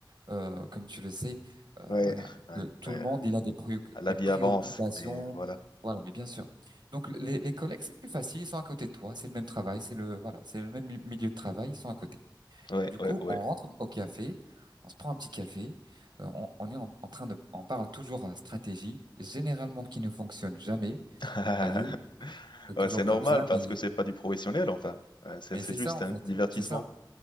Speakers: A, on the right; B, on the left.
A: euh, comme tu le sais, euh,
B: Ouais,
A: voilà,
B: ouais,
A: que tout
B: ouais.
A: le monde, il a des préoc-
B: La
A: des
B: vie
A: préoccupations,
B: avance et voilà.
A: voilà, mais bien sûr. Donc les, les collègues, c'est plus facile, ils sont à côté de toi, c'est le même travail, c'est le, voilà, c'est le même mi- milieu de travail, ils sont à côté.
B: Ouais,
A: Du
B: ouais,
A: coup,
B: ouais.
A: on rentre au café, on se prend un petit café, euh, on, on est en, en train de, on parle toujours euh, stratégie, généralement qui ne fonctionne jamais.
B: <laughs>
A: T'as vu? C'est
B: Ouais,
A: toujours
B: c'est normal
A: comme ça,
B: parce
A: mais
B: que c'est pas du professionnel, enfin. Euh, C'est
A: mais
B: c'est
A: c'est
B: juste
A: ça en
B: un
A: fait,
B: divertissement.
A: c'est ça,